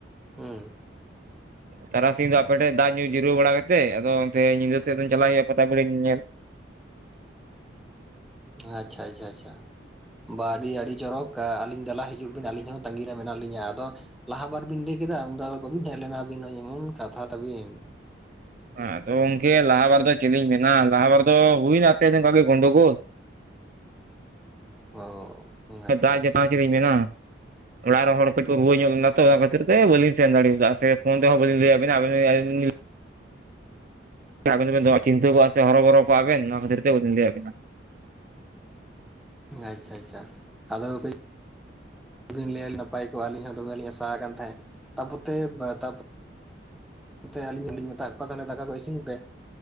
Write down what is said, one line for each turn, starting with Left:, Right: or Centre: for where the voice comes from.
Centre: ᱦᱩᱸ᱾
Right: ᱛᱟᱨᱟᱥᱤᱧ ᱫᱚ ᱟᱯᱮᱴᱷᱮ ᱫᱟᱜ ᱧᱩ ᱡᱤᱨᱟᱹᱣ ᱵᱟᱲᱟ ᱠᱟᱛᱮᱜ ᱟᱫᱚ ᱚᱱᱛᱮ ᱧᱤᱫᱟᱹ ᱥᱮᱫ ᱫᱚ ᱪᱟᱞᱟᱜ ᱦᱩᱭᱩᱜᱼᱟ ᱯᱟᱛᱟᱵᱤᱰᱟᱹ ᱧᱮᱼᱧᱮᱞ᱾
Centre: ᱟᱪᱪᱷᱟ ᱟᱪᱪᱷᱟ ᱟᱪᱪᱷᱟ᱾ ᱵᱟ ᱟᱹᱰᱤᱼᱟᱹᱰᱤ ᱪᱚᱨᱚᱠ ᱟ-ᱟᱹᱞᱤᱧ ᱫᱮᱞᱟ ᱦᱤᱡᱩᱜ ᱵᱤᱱ ᱟᱹᱞᱤᱧ ᱦᱚᱸ ᱛᱟᱹᱜᱤ ᱨᱮ ᱢᱮᱱᱟᱜ ᱞᱤᱧᱟᱹ ᱟᱫᱚ ᱞᱟᱦᱟ ᱵᱟᱨ ᱵᱤᱱ ᱞᱟᱹᱭ ᱠᱮᱫᱟ ᱩᱱᱫᱚ ᱟᱫᱚ ᱵᱟᱹᱵᱤᱱ ᱦᱮᱡ ᱞᱮᱱᱟ ᱟᱹᱵᱤᱱ ᱦᱚᱸ ᱡᱮᱢᱚᱱ ᱠᱟᱛᱷᱟ ᱛᱟᱹᱵᱤᱱ᱾
Right: ᱮᱸ ᱟᱫᱚ ᱜᱚᱝᱠᱮ ᱞᱟᱦᱟ ᱵᱟᱨ ᱫᱚ ᱪᱮᱞᱤᱧ ᱢᱮᱱᱟ ᱞᱟᱦᱟ ᱵᱟᱨ ᱫᱚ ᱦᱩᱭᱱᱟ ᱟᱛᱮ ᱚᱝᱠᱮ ᱜᱮ ᱜᱚᱸᱰᱩᱜᱳᱞ᱾
Centre: ᱚ ᱦᱩᱸ ᱟᱪᱪᱷᱟᱼᱟᱪᱪᱷᱟ᱾
Right: ᱫᱟᱜ ᱡᱟᱹᱯᱩᱫ ᱪᱮᱫ ᱤᱧ ᱢᱮᱱᱟ᱾ ᱚᱲᱟᱜ ᱨᱮ ᱦᱚᱲ ᱛᱚᱠᱩ ᱨᱩᱣᱟᱹ ᱧᱚᱜ ᱞᱮᱱᱟ ᱛᱚ ᱚᱱᱟ ᱠᱷᱟᱹᱛᱤᱨ ᱛᱮ ᱵᱟᱹᱞᱤᱧ ᱥᱮᱱ ᱫᱟᱲᱮᱣᱟᱫᱟ ᱥᱮ ᱯᱷᱚᱱ ᱛᱮᱦᱚᱸ ᱵᱟᱹᱞᱤᱧ ᱞᱟᱹᱭᱟᱜ ᱵᱮᱱᱟ᱾ <inaudible> ᱟᱵᱮᱱ ᱫᱚᱵᱮᱱ ᱫᱚᱦᱟ ᱪᱤᱱᱛᱟᱹ ᱠᱚᱣᱟ ᱥᱮ ᱦᱚᱨᱚᱵᱚᱨᱚ ᱠᱚ ᱟᱵᱮᱱ ᱱᱚᱣᱟ ᱠᱷᱟᱹᱛᱤᱨ ᱛᱮ ᱵᱟᱵᱤᱱ ᱞᱟᱹᱭᱟᱜ ᱵᱮᱱᱟ᱾
Centre: ᱟᱪᱪᱷᱟ ᱟᱪᱪᱷᱟ᱾ <inaudible> <inaudible> ᱱᱟᱯᱟᱭ ᱠᱚᱜᱼᱟ ᱟᱹᱞᱤᱧ ᱦᱚᱸ ᱫᱚᱢᱮ ᱞᱤᱧ ᱟᱥᱟ ᱠᱟᱱ ᱛᱟᱦᱮᱸ ᱛᱟᱯᱚᱛᱮ ᱛᱟᱯᱚ ᱜᱚᱝᱠᱮ ᱟᱹᱞᱤᱧᱟᱜ ᱞᱤᱧ ᱢᱮᱛᱟ ᱠᱚᱣᱟ ᱛᱟᱦᱞᱮ ᱫᱟᱠᱟ ᱠᱚ ᱤᱥᱤᱱ ᱯᱮ